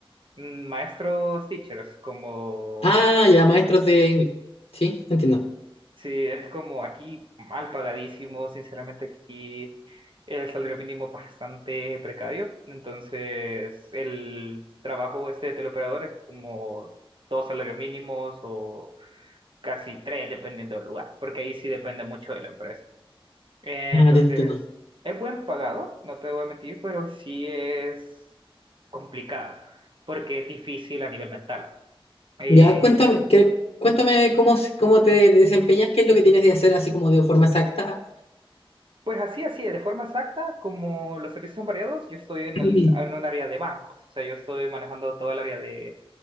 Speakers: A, on the right; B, on the left.
A: Mm, maestros teachers, como
B: Ah, ya, maestros de inglés. Sí, entiendo.
A: Sí, es como aquí mal pagadísimo, sinceramente aquí el salario mínimo es bastante precario, entonces el trabajo este de teleoperador es como dos salarios mínimos o casi tres dependiendo del lugar, porque ahí sí depende mucho de la empresa. Eh,
B: Ah,
A: Entonces,
B: te entiendo.
A: es buen pagado, no te voy a mentir, pero sí es complicado, porque es difícil a nivel mental. Eh,
B: Ya, cuéntame, que- cuéntame cómo, se- cómo te desempeñas, qué es lo que tienes de hacer así como de forma exacta.
A: Pues así, así, de forma exacta, como los servicios son variados, yo estoy en,
B: <clears throat>
A: el, en un área de bancos, o sea, yo estoy manejando todo el área de,